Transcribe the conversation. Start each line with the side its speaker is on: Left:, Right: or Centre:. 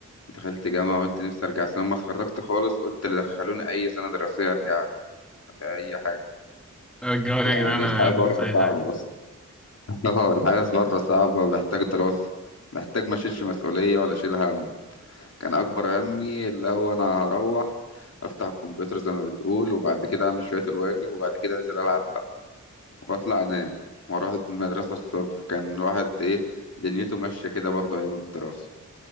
Left: دخلت جامعة قلت نفسي أرجع ثانوي لما اتخرجت خالص قلت اللي دخلوني أي سنة دراسية أرجع في أي حاجة
Centre: رجعوني
Left: يعني
Centre: يا جدعان انا
Left: الحياة
Centre: ادرس
Left: بره
Centre: اي
Left: صعبة
Centre: حاجة
Left: أصلا <laughs> اه الحياة بره صعبة محتاج دراسة محتاج ما أشيلش مسؤولية ولا أشيل هم كان أكبر همي اللي هو أنا هروح أفتح الكمبيوتر زي ما بتقول وبعد كده أعمل شوية الواجب وبعد كده أنزل ألعب بقى وأطلع أنام وأروح المدرسة الصبح كان واحد إيه دنيته ماشية كده برضه أيام الدراسة